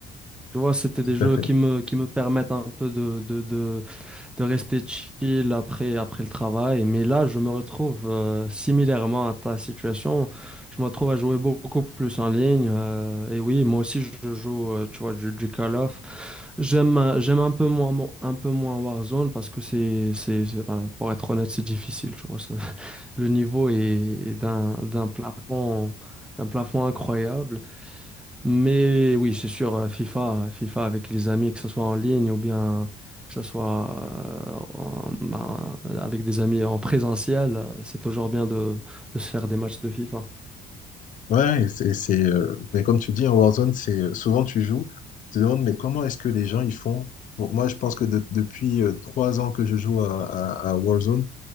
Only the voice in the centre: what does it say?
Tu vois, c'était des
jeux
qui me, qui me permettent un peu de, de, de, de rester chill après, après le travail. Mais là, je me retrouve euh, similairement à ta situation. Je me retrouve à jouer beaucoup plus en ligne. euh, et oui, moi aussi, je joue, euh, tu vois, du, du Call of. J'aime, euh, j'aime un peu moins, mo- un peu moins Warzone parce que c'est, c'est, c'est- ben, pour être honnête, c'est difficile, tu vois. ça. Le niveau est, est d'un d'un plafond d'un plafond incroyable. Mais oui, c'est sûr, euh, FIFA, FIFA avec les amis, que ce soit en ligne ou bien que ce soit euh, en- ben, avec des amis en présentiel, euh, c'est toujours bien de, de se faire des matchs de FIFA.